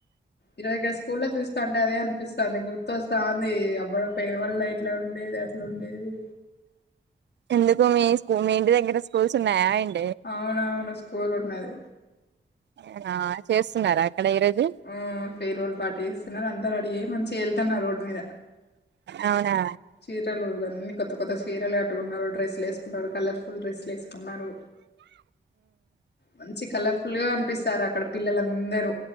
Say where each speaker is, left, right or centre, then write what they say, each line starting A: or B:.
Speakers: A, on the left (about 60°); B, on the right (about 65°).
A: ఈరోజు స్కూల్ లో చూసి అంటే అదే అనిపిస్తాంది గుర్తొస్తాంది అబ్ ఫేర్వెల్ లా ఇట్లా ఉండేది అట్లా ఉండేది
B: ఎందుకు మీ స్కూ మీ ఇంటి దగ్గర స్కూల్స్ ఉన్నాయా ఏంటి
A: అవునవును పోలున్నది
B: నేనా చేస్తున్నారా అక్కడ ఈరోజు
A: ఆ ఫేర్వెల్ పాట వేస్తున్నారు అంత రెడీ అయి మంచిగా వెళ్తున్నరు రోడ్ మీద
B: అవునా
A: చీరలు అన్ని కొత్త కొత్త చీరలు కట్టుకున్నారు డ్రెస్సులు వేసుకున్నారు కలర్ఫుల్ డ్రెస్సులు వేసుకున్నారు. మంచి కలర్ఫుల్ గా అనిపిస్ చారాక్కడ పిల్లలందరూ